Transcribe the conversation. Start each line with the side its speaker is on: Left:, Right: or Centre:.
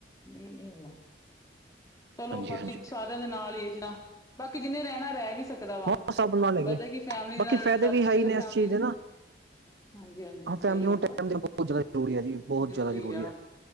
Left: <unintelligible> ਚਲੋ
Right: ਹਾਂਜੀ
Left: ਬਾਕੀ
Right: ਹਾਂਜੀ
Left: ਸਾਰਿਆਂ ਦੇ ਨਾਲ ਹੀ ਆ <unintelligible> ਬਾਕੀ ਜਿੰਨੇ ਰਹਿਣਾ ਰਹਿ ਵੀ ਸਕਦਾ ਵਾ
Right: ਹਾਂ ਸਭ ਨਾਲ ਹੈਗੇ
Left: ਪਤਾ ਕਿ ਫੈਮਿਲੀ
Right: ਬਾਕੀ
Left: ਨਾਲ
Right: ਫਾਇਦੇ
Left: ਟੱਚ
Right: ਵੀ ਹੈ
Left: ਚ
Right: ਹੀ ਨੇ
Left: ਫੈਮਿਲੀ
Right: ਇਸ ਚੀਜ਼ ਦੇ ਨਾ
Left: ਹਾਂਜੀ ਹਾਂਜੀ,
Right: ਹਾਂ
Left: ਸਹੀ
Right: ਫੈਮਿਲੀ ਨੂੰ
Left: ਗੱਲ
Right: ਟਾਈਮ
Left: ਆ
Right: ਦੇਣਾ ਬਹੁਤ ਜ਼ਿਆਦਾ ਜ਼ਰੂਰੀ ਹੈ ਜੀ ਬਹੁਤ
Left: ਜ਼ਰੂਰੀ
Right: ਜ਼ਿਆਦਾ
Left: ਆ
Right: ਹੈ
Left: ਆਪ